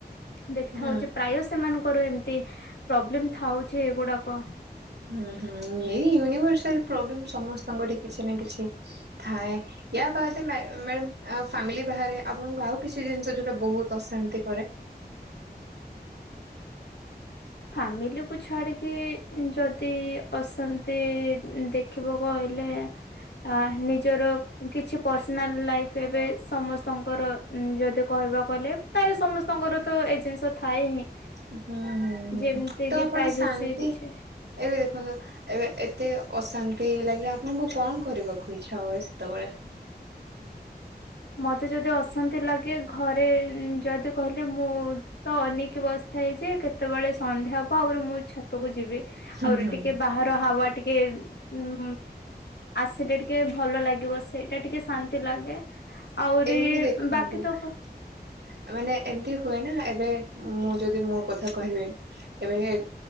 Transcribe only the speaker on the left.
ଦେଖି ଥାଉଚି
ପ୍ରାୟ ସେମାନଙ୍କୁ କର ଏମିତି ପ୍ରୋବ୍ଲେମ୍ ଥାଉ ଛି ଏଗୁଡ଼ାକ
ଫାମିଲିକୁ ଛାଡିକି ଯଦି ଅଶାନ୍ତି ଉଁ, ଦେଖିବ କହିଲେ ଆ ନିଜର କିଛି ପର୍ସନାଲ୍ ଲାଇଫ୍ ଏବେ ସମସ୍ତଙ୍କର ଉଁ ଯଦି କହିବା କହିଲେ ପ୍ରାୟ ସମସ୍ତଙ୍କର ତ ଏ ଜିନିଷ ଥାଏ ହିଁ।
ଯେମିତି
କିି
ପ୍ରାଇଭେସି
କିଛି
ମୋତେ ଯଦି ଅଶାନ୍ତି ଲାଗେ ଘରେ ଉଁ ଯଦି କହିଲେ ମୁଁ ତ ଅନେଇକି ବସିଥାଏ ଯେ କେତେବେଳେ ସନ୍ଧ୍ୟା ହବ ଆହୁରୁ ମୁଁ ଛାତକୁ ଯିବି।
ଆହୁରି
ଟିକେ
ବାହାର ହାୱା ଟିକେ ଉଁ, ଉଁ ଆସିଲେ ଟିକେ ଭଲ ଲାଗିବ ସେଇଟା ଟିକେ ଶାନ୍ ତି ଲାଗେ। ଆହୁରି
ବାକି ତ